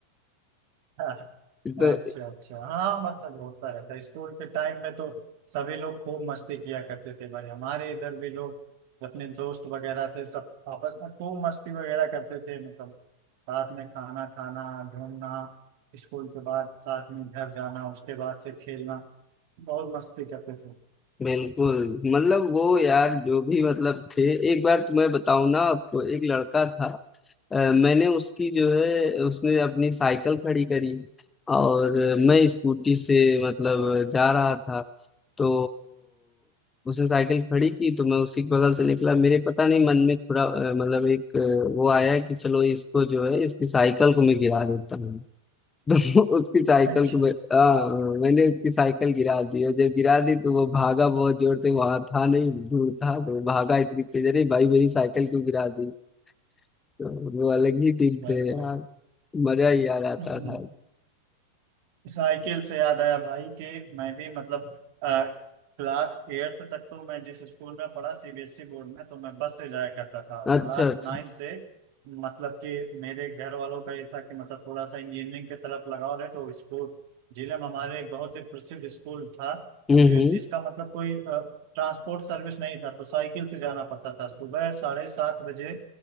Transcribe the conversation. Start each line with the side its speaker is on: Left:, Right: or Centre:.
Right: <laughs>
Left: तो
Right: अच्छा अच्छा हाँ मतलब होता रहता है स्कूल के टाइम में तो सभी लोग खूब मस्ती किया करते थे भाई हमारे इधर भी लोग अपने दोस्त वगैरह थे सब आपस में खूब मस्ती वगैरह करते थे मतलब साथ में खाना खाना घूमना स्कूल के बाद साथ में घर जाना उसके बाद से खेलना बहुत मस्ती करते थे
Left: बिल्कुल मतलब वो यार जो भी मतलब थे एक बार तुम्हें बताऊं ना आपको एक लड़का था अ, मैंने उसकी जो है उसने अपनी साइकिल खड़ी करी और मैं स्कूटी से मतलब जा रहा था तो उसने साइकिल खड़ी की तो मैं उसी के बगल से निकला मेरे पता नहीं मन में थोड़ा अ, मतलब एक अ, वो आया कि चलो इसको जो है इसकी साइकिल को मैं गिरा देता हूँ <laughs> तो उसकी साइकिल
Right: अच्छा
Left: को मैं, हाँ, मैंने उसकी साइकिल गिरा दी और जब गिरा दी तो वो भागा बहुत जोर से वहां था नहीं दूर था तो वो भागा इतनी तेज अरे भाई मेरी साइकिल क्यों गिरा दी तो वो अलग ही दिन
Right: अच्छा
Left: थे
Right: अच्छा
Left: यार मजा ही याद आता
Right: हम्म,
Left: था
Right: साइकिल से याद आया भाई कि मैं भी मतलब आ, क्लास एट्थ तक तो मैं जिस स्कूल में पढ़ा सीबीएसई बोर्ड में तो मैं बस से जाया करता था
Left: अच्छा
Right: क्लास
Left: अच्छा
Right: नाइन से मतलब कि मेरे घर वालों का ये था कि मतलब थोड़ा सा इंजीनियरिंग की तरफ लगाव रहे तो स्कूल जिले में हमारे एक बहुत ही प्रसिद्ध स्कूल था
Left: हम्म
Right: जो
Left: हम्म
Right: जिसका मतलब कोई ट्रांसपोर्ट सर्विस नहीं था तो साइकिल से जाना पड़ता था सुबह साढ़े सात बजे